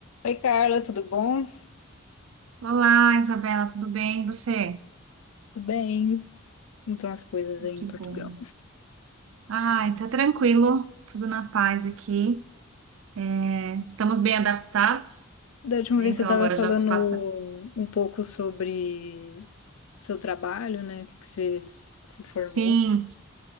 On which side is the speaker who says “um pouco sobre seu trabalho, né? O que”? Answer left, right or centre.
Left